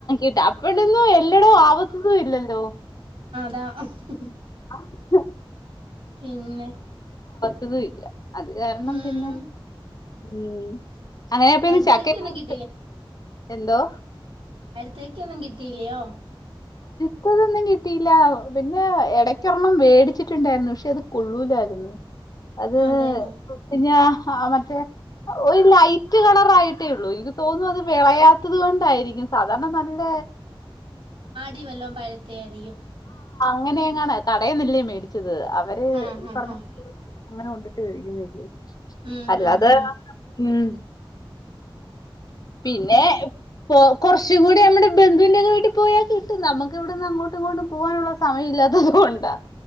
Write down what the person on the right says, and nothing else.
ദാഹം
പിന്നെ
ഉം
പഴുത്തേക്കൊന്നും
കിട്ടിയില്ലേ
കേക്കൊന്നും കിട്ടീല്യയോ
അതെയോ
ടിവല്ലോം പഴുത്തെയായിരിക്കും
ആഹ്
ആഹ്
ആഹ്
ഉം
ഉം
ഉം
<inaudible>